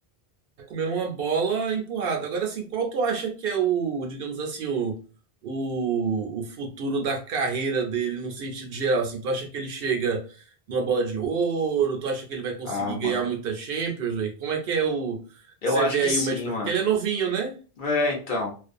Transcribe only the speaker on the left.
Ah, mano.
Eu
acho
que
sim,
mano.
É, então.